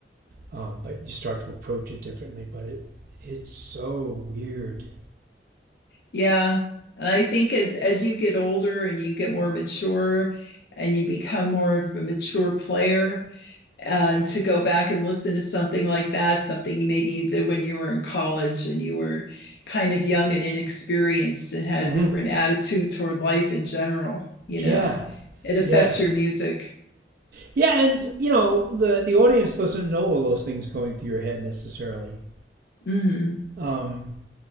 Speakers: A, on the right (about 55°); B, on the left (about 60°).
A: Um, but you start to approach it differently. But it it's so weird.
B: Yeah. And I think as as you get older and you get more mature and you become more of a mature player, and to go back and listen to something like that, something maybe you did when you were in college and you were kind of young and inexperienced and had
A: hmm
B: a different attitude toward life in general, you
A: Yeah,
B: know, it affects
A: yeah,
B: your music.
A: yeah. And you know the the audience doesn't know all those things going through your head necessarily.
B: hmm
A: Um,